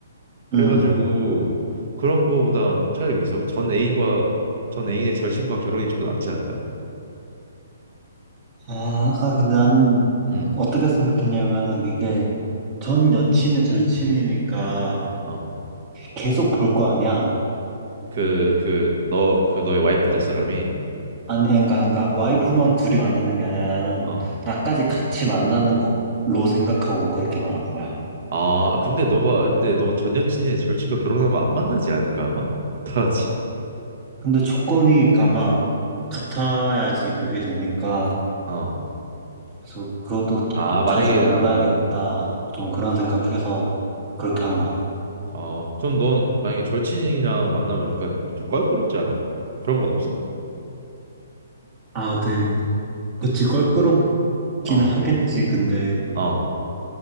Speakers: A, on the right; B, on the right.
A: 그래가지고
B: 음.
A: 그런 거보단 차라리 그래서 전 애인과 전 애인의 절친과 결혼이 좀 더 낫지 않을까?
B: 아, 아, 근데 난
A: 음,
B: 어떻게 생각했냐면은 이게
A: 음,
B: 전 여친의 절친이니까
A: 어,
B: 계속 볼 거 아니야.
A: 그, 그, 너, 그 너의 와이프 될 사람이,
B: 아니, 그러니까, 그러니까 와이프만
A: 어,
B: 둘이 만나는 게 아니라 나는
A: 어,
B: 나까지 같이 만나는 걸로 생각하고 그렇게 말한 거야.
A: 아, 근데 너가, 근데 너가 전 여친의 절친과 결혼하면 안 만나지 않을까 아마? <laughs> 다 같이.
B: 근데 조건이 아마 같아야지 그게 되니까
A: 어.
B: 그래서 그것도
A: 아, 만약에
B: 자주 만나겠다
A: 아
B: 좀 그런 생각해서 그렇게 한 거야.
A: 어, 그럼 넌 만약에 절친이랑 만나면 약간 좀 껄끄럽지 않아? 그런 건 없어?
B: 아, 근데 그치 껄끄럽긴
A: 어,
B: 하겠지. 근데
A: 어.